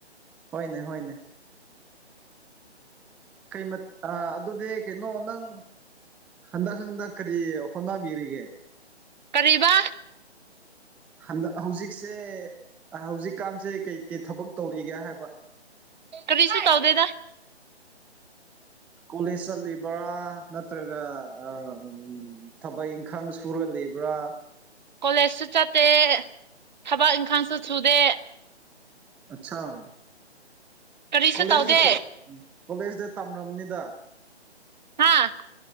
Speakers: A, in the centre; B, on the right.
A: ꯍꯣꯏꯅꯦ ꯍꯣꯏꯅꯦ ꯀꯩ ꯃ ꯑꯗꯨꯗꯤ ꯀꯩꯅꯣ ꯅꯪ ꯍꯟꯗꯛ ꯍꯪꯗꯛ ꯀꯔꯤ ꯍꯣꯠꯅꯕꯤꯔꯤꯒꯦ
B: ꯀꯔꯤꯕꯥ
A: ꯍꯟꯗꯛ ꯍꯧꯖꯤꯛꯁꯦ ꯍꯧꯖꯤꯛꯀꯥꯟꯁꯦ ꯀꯩꯀꯩ ꯊꯕꯛ ꯇꯧꯔꯤꯒꯦ ꯍꯥꯏꯕ
B: ꯀꯔꯤꯁꯨ ꯇꯧꯗꯦꯗ
A: ꯀꯣꯂꯦꯖ ꯆꯠꯂꯤꯕ꯭ꯔꯥ ꯅꯠꯇ꯭ꯔꯒ ꯑ ꯎꯝ ꯊꯕꯛ ꯏꯪꯈꯥꯡ ꯁꯨꯔ ꯂꯩꯕ꯭ꯔꯥ
B: ꯀꯣꯂꯦꯖꯁꯨ ꯆꯠꯇꯦ ꯊꯕꯛ ꯏꯪꯈꯥꯡꯁꯨ ꯁꯨꯗꯦ
A: ꯑꯠꯆꯥꯥ
B: ꯀꯔꯤꯁꯨ
A: ꯀꯣꯂꯦꯖꯇ
B: ꯇꯧꯗꯦ
A: ꯀꯣꯂꯦꯖꯇꯤ ꯇꯝꯔꯝꯅꯤꯗ
B: ꯍꯥꯥ